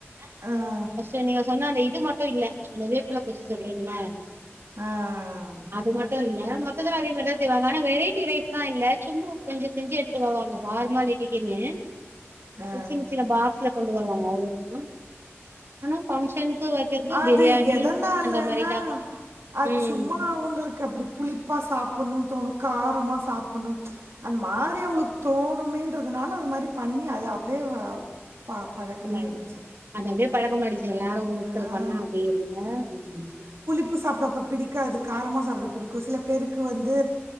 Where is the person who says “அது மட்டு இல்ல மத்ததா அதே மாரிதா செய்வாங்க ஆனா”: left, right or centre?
Right